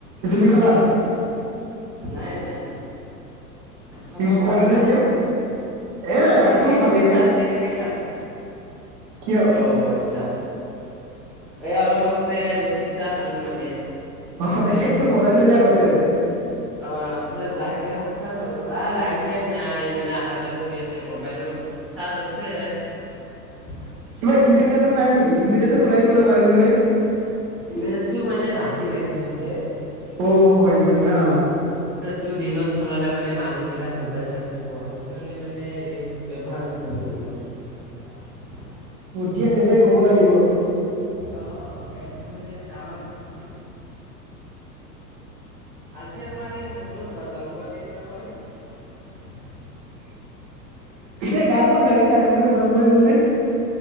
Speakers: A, on the right; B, in the centre.
A: তুমি
B: ঠিকে
A: খালা
B: আছে নাই নাই। খবৰ
A: তুমি খোৱা
B: ভাল
A: নাই
B: না
A: যে এতিয়াও এ
B: এই
A: আছো
B: দেৰিকে
A: ভালে দিয়ক
B: খাম দেৰিকে খাম
A: কিয়
B: অঔ আচ্ছা এই অলপ আগতে ৰুটি তিচা খালোঁ মানে।
A: অ পেটটো ভৰাাই ললি আগতে।
B: অ পিছত লাহেকে ভাত খাম আৰু আহ লাইন চাইন নাই মানে অহা যোৱা কৰি আছে মবাইলো চাৰ্জ আছে।
A: কিবা ইনভাৰটাৰটো নাই নেকি ইনভাৰটাৰটো চলাই দিবলৈ পাৰিলি হয়,
B: ইম্ভাৰ্তৰটো মানে ৰাতি লাগিব যে।
A: অ সেইটোৱে না
B: টো দিনত চলালে মানে মানুহবিলাক মোবাইল চাৰ্জ দিব আহে সেইকাৰণে মানে হেৰি ব্যৱহাৰ নকৰোঁ দিনত।
A: ঠিক আছে দেই ক'ব লাগিব।
B: অ অ একটো মানে তামং কি আজ আমাৰাৰে কোনুৰ বা জন্মদিন নহয়। হয়।
A: এ গান চান গালি নাই মনু জন্মদিন বুলি।